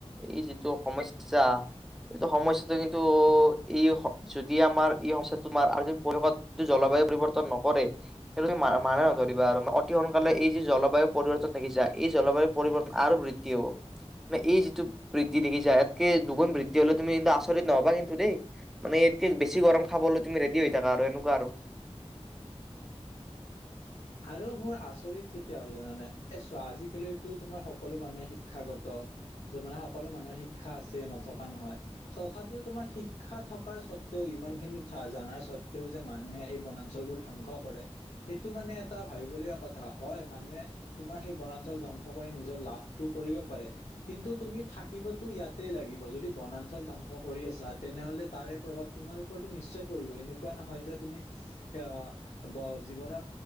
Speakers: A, in the centre; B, on the left.
A: এই যিটো সমস্যা, এইটো সমস্যাটো কিন্তু এই অস যদি আমাৰ এই সমস্যাটো তোমাৰ আজিৰ পৰিৱেশত যদি জলবায়ু পৰিৱৰ্তন নকৰে সেই <unintelligible> অতি সোনকালে এই যি জলবায়ু পৰিৱৰ্তন দেখিছা এই জলবায়ু পৰিৱৰ্ত আৰু বৃদ্ধি কি হ'ব ৱে এই যিটো বৃদ্ধি দেখিছা ইয়াতকে দুগুণ বৃদ্ধি হ'লে তুমি কিন্তু আচৰিত নহ'বা কিন্তু দেই মানে ইয়াতকে বেছি গৰম খাবলৈ তুমি ৰেডি হৈ থাকা আৰু এনেকুৱা আৰু
B: আৰু মোৰ আচৰিত কেতিয়া হয় জানানে এ চোৱা আজিকালিতো তোমাৰ সকলো মানুহে শিক্ষাগত যে মানে সকলো মানুহে শিক্ষা আছে নথকা নহয়, তথাপিও তোমাৰ শিক্ষা থকাৰ সত্বেও ইমান খিনি থা জানাৰ সত্বেও যে মানুহে এই বনাঞ্চলবোৰ ধ্বংস কৰে সেইটো মানে টা ভাবিবলগীয়া কথা হয়, মানুহে তোমাৰ সেই বনাঞ্চল ধ্বংস কৰি নিজৰ লাভটো কৰিব পাৰে কিন্তু তুমি থাকিবতো ইয়াতে লাগিব যদি বনাঞ্চল ধ্বংস কৰি আছা তেনেহ'লে তাৰে প্ৰভাৱ তোমাৰ ওপৰতো নিশ্চয় পৰিব। এনেকুৱা নহয় যে তুমি আহ ব জীৱনৰ